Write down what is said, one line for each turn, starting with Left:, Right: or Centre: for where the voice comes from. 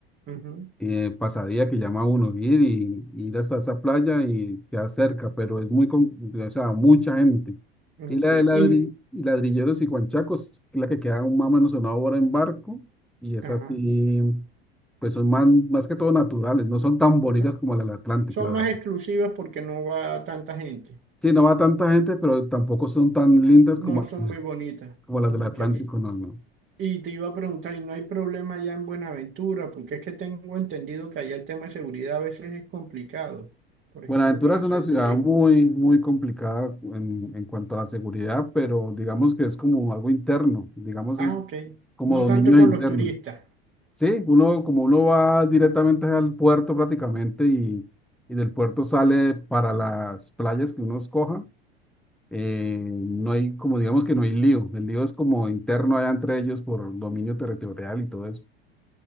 Right: Ujú,
Centre: eh, pasadía que llama a uno ir y y ir hasta esa playa y queda cerca, pero es muy, con, o sea, mucha gente.
Right: Ok.
Centre: Y la de ladri,
Right: Y, n-
Centre: y Ladrilleros y Juanchacos, que es la que queda un más o menos una hora en barco, y esas
Right: ajá.
Centre: sí, pues son más, más que todo naturales, no son tan bonitas
Right: so,
Centre: como la del Atlántico,
Right: Son
Centre: claro.
Right: más exclusivas porque no va tanta gente.
Centre: Sí, no va tanta gente, pero tampoco son tan lindas
Right: No
Centre: como, <laughs>
Right: son muy bonitas.
Centre: como las
Right: Ok.
Centre: del Atlántico, no, no.
Right: Y te iba a preguntar, ¿y no hay problema allá en Buenaventura? Porque es que tengo entendido que allá el tema de seguridad a veces es complicado. Por
Centre: Buenaventura
Right: ejemplo, para
Centre: es
Right: hacer
Centre: una ciudad
Right: turismo.
Centre: muy, muy complicada en, en cuanto a la seguridad, pero digamos que es como algo interno, digamos
Right: Ah,
Centre: es
Right: ok.
Centre: como
Right: No
Centre: dominio
Right: tanto con
Centre: interno.
Right: los turistas.
Centre: Sí, uno como uno va directamente al puerto prácticamente y, y del puerto sale para las playas que uno escoja, eh, no hay como digamos que no hay lío, el lío es como interno allá entre ellos por dominio territorial y todo eso.